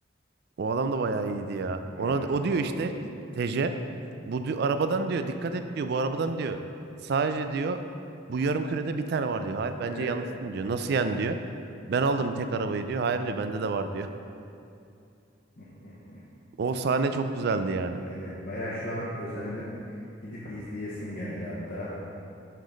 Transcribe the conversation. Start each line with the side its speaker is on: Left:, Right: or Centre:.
Right: O adam da bayağı iyiydi ya. Ona
Left: Evet.
Right: o
Left: Komik.
Right: diyor işte TC. Bu diyor, arabadan diyor dikkat et diyor bu arabadan diyor. Sadece diyor bu yarım kürede bir tane var diyor. Hayır bence
Left: Evet.
Right: yanlışsın diyor. Nasıl yani diyor. Ben aldım bir tek arabayı diyor. Hayır diyor bende de var diyor.
Left: <laughs>
Right: <laughs> O sahne çok güzeldi yani.
Left: Aynen. Baya şu an özendim. Gidip izleyesim geldi hatta.